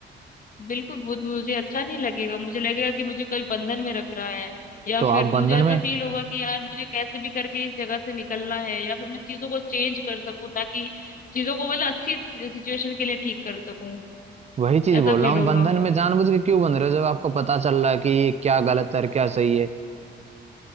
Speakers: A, on the left; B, on the right.
A: बिल्कुल वो मुझे अच्छा नहीं लगेगा मुझे लगेगा कि मुझे कोई बंधन में रख रहा है या
B: तो आप
A: फिर मुझे
B: बंधन
A: ऐसा
B: में
A: फील होगा कि यार मुझे कैसे भी करके इस जगह से निकलना है या फिर मैं चीजों को चेंज कर सकूं ताकि चीजों को मतलब अच्छी सिचुएशन के लिए ठीक कर सकूं
B: वही चीज
A: ऐसा
B: बोल
A: फील
B: रहा हूँ
A: होगा
B: बंधन में जानबूझ के क्यों बंध रहे हो जब आपको पता चल रहा है कि ये क्या गलत है और क्या सही है